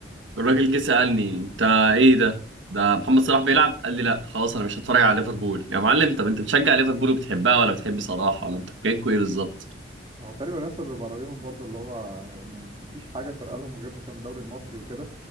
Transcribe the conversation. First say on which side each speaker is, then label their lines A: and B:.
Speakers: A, on the right; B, on the right.
A: الراجل جه سألني انت ايه ده ده محمد صلاح بيلعب قال لي لا خلاص انا مش هتفرج على ليفربول يا معلم طب انت بتشجع ليفربول وبتحبها ولا بتحب صلاح ولا انت حكايتكوا ايه بالظبط
B: هو تقريبا لسه بيبقى رايهم برضو اللي هو يعني مفيش حاجه فارقه لهم غير مثلا الدوري المصري وكده